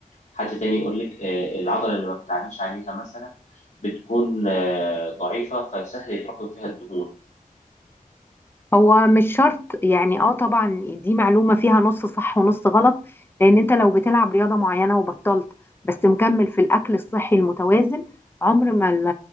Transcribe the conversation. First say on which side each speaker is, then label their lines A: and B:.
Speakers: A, on the left (about 50°); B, on the left (about 15°).
A: حد تاني يقول لك آه، العضلة اللي ما بتلعبيش عليها مثلا بتكون آه، ضعيفة فسهل يتراكم فيها الدهون
B: هو مش شرط يعني اه طبعا دي معلومة فيها نص صح ونص غلط لان انت لو بتلعب رياضة معينة وبطلت بس مكمل في الاكل الصحي المتوازن عمر ما ال-